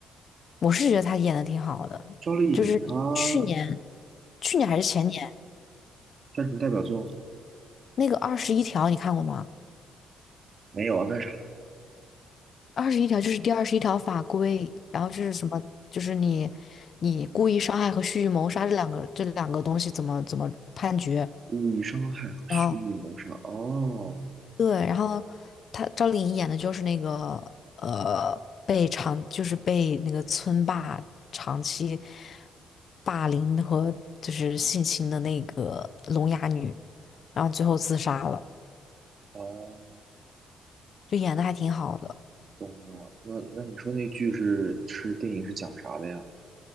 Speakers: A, on the left (about 55°); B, on the right (about 45°).
A: 我是觉得她演的挺好的，
B: 赵丽颖她
A: 就是去年去年还是前年。
B: 算什么代表作吗
A: 那个二十一条你看过吗？
B: 没有啊，那啥，
A: 二十一条就是第二十一条法规，然后就是什么，就是你你故意伤害和蓄意谋杀这两个这两个东西怎么怎么判决？
B: 故意伤害和蓄意谋杀。
A: 然后
B: 哦，
A: 对，然后他赵丽颖演的就是那个呃被长就是被那个村霸长期霸凌和就是性侵的那个聋哑女，然后最后自杀了，
B: 哦，
A: 就演的还挺好的。
B: 懂了。那那你说那剧是是电影是讲啥的呀？